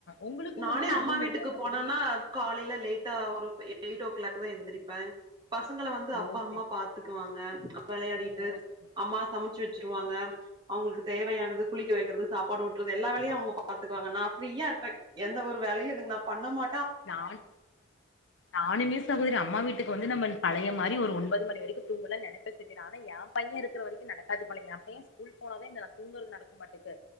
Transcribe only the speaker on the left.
உங்களுக்கு
இந்த மாரி
அனுபவம்
இருக்கா சகோதரி
ஓ
சரி
ஓ சரி
நான் நானுமே சகோதரி அம்மா வீட்டுக்கு வந்து நம்ம பழைய மாரி ஒரு ஒன்பது மணிவரைக்கு தூங்கல நெனப்பே செரி ஆனா எ பைய இருக்கிற வரைக்கு நடக்காது போல எ பைய ஸ்கூல் போனதா இந்த நா தூங்கறது நடக்கு மாட்டுக்கு